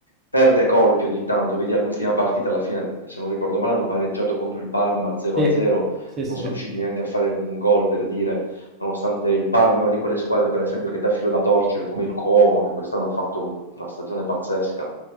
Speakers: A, on the left (about 80°); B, on the right (about 25°).
A: perde colpi ogni tanto. Vedi all'ultima partita, alla fine, se non ricordo male, hanno pareggiato contro il Parma 0-0,
B: Sì, sì,
A: non
B: sì.
A: sono riusciti neanche a fare un gol per dire, nonostante il Parma è una di quelle squadre, per esempio, che dà filo da torcere, come il Como, che quest'anno ha fatto un- una stagione pazzesca.